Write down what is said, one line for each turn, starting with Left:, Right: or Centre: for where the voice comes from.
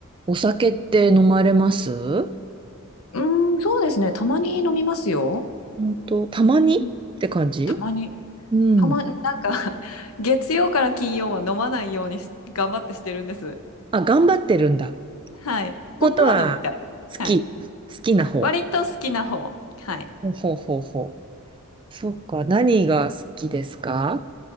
Right: お酒って飲まれます
Left: うーん、そうですね。たまに飲みますよ。
Right: 本当、たまにって感じ
Left: うんたまに。
Right: うん。
Left: たま、なんか <laughs> 月曜から金曜は飲まないようにし頑張ってしてるんです。
Right: あ、頑張ってるんだ。
Left: はい。本当は飲みたい。
Right: ことは、好き。
Left: はい。
Right: 好きな方。
Left: 割と好きな方。はい。
Right: ほうほうほうほう。そっか。何が好きですか